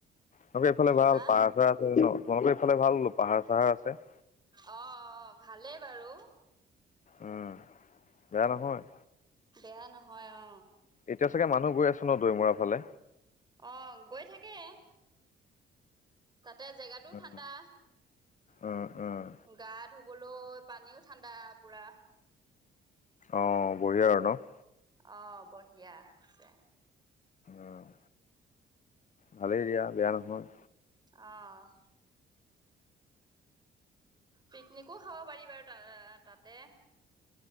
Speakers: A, on the left; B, on the right.
A: তাকে এইফালে ভাল
B: হা
A: পাৰ ন তোমালোকৰ এইফালে ভাল বুলো পাহাৰ চাহাৰ আছে।
B: অ', অ, ভালেই বাৰু।
A: উম, বেয়া নহয়।
B: বেয়া নহয় অ।
A: এতিয়া চাগে মানুহ গৈ আছো <unintelligible> ফালে?
B: অ', গৈ থাকে, তাতে জেগাটো ঠাণ্ডা।
A: উম উম', উম।
B: গা ধুবলৈ পানীও ঠাণ্ডা পুৰা।
A: অ', বঢ়িয়া আৰু ন?
B: অ', বঢ়িয়া আছে।
A: অ', ভালেই দিয়া বেয়া নহয়।
B: অ', পিকনিকো খাব পাৰি বাৰু ত তাতে।